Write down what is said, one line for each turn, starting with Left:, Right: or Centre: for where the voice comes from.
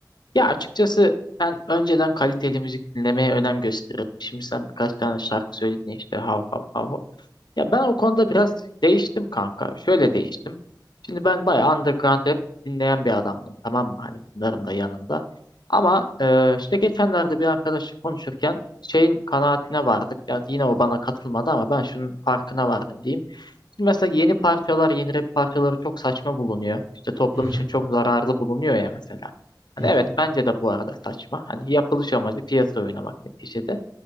Left: Ya açıkçası ben önceden kaliteli müzik dinlemeye önem gösterirdim. Şimdi sen birkaç tane şarkı söyledin ya işte hav hav hav. hav. Ya ben o konuda biraz değiştim kanka. Şöyle değiştim. Şimdi ben bayağı underground rap dinleyen bir adamdım. Tamam mı? Hani bunların da yanında. Ama e, işte geçenlerde bir arkadaşla konuşurken şeyin kanaatine vardık. Ya yine o bana katılmadı ama ben şunun farkına vardım diyeyim. Şimdi mesela yeni parçalar, yeni rap parçaları çok saçma bulunuyor. İşte toplum
Right: Hı hı,
Left: için çok zararlı bulunuyor ya mesela. Hani
Right: hı
Left: evet
Right: hı.
Left: bence de bu arada saçma. Hani yapılış amacı piyasa oynamak neticede.